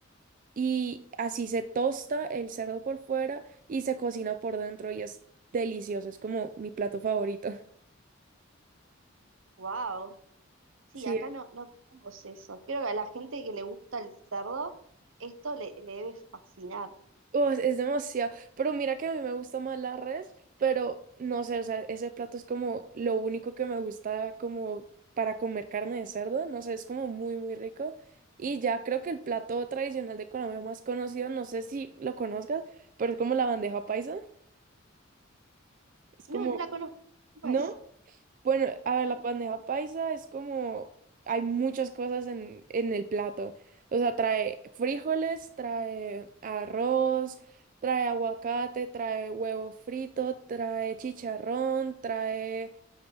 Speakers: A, on the right (about 40°); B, on the right (about 70°).
A: y así se tosta el cerdo por fuera y se cocina por dentro y es delicioso, es como mi plato favorito. <laughs>
B: wow. Sí,
A: Sí,
B: acá
A: eh.
B: no, no tenemos eso. Creo que a la gente que le gusta el cerdo, esto le, le debe fascinar.
A: Oh, es demasiado, pero mira que a mí me gusta más la res, pero no sé, o sea, ese plato es como lo único que me gusta como para comer carne de cerdo, no sé, es como muy, muy rico. Y ya creo que el plato tradicional de Colombia más conocido, no sé si lo conozcas, pero es como la bandeja paisa, es
B: No,
A: como,
B: no la conozco, ¿cómo
A: ¿no?
B: es?
A: Bueno, a ver, la bandeja paisa es como, hay muchas cosas en, en el plato. O sea, trae frijoles, trae arroz, trae aguacate, trae huevo frito, trae chicharrón, trae,